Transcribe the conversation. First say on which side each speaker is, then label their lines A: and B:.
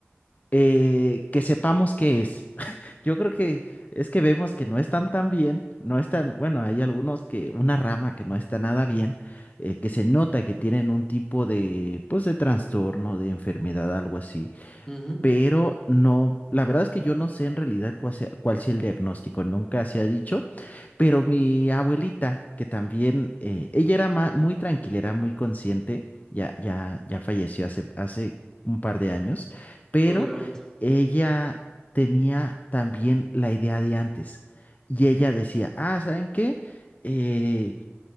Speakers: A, on the left; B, on the left.
A: eh, que sepamos qué es. Yo creo que es que vemos que no están tan bien, no están, bueno, hay algunos que, una rama que no está nada bien, eh, que se nota que tienen un tipo de, pues, de trastorno, de enfermedad, algo así
B: Ujú.
A: pero no, la verdad es que yo no sé en realidad cuál sea, cuál sea el diagnóstico, nunca se ha dicho, pero mi abuelita, que también, eh, ella era ma- muy tranquila, era muy consciente, ya, ya, ya falleció hace, hace un par de años, pero
B: Oh, lo lamento.
A: ella tenía también la idea de antes y ella decía, ah, ¿saben qué? Eh,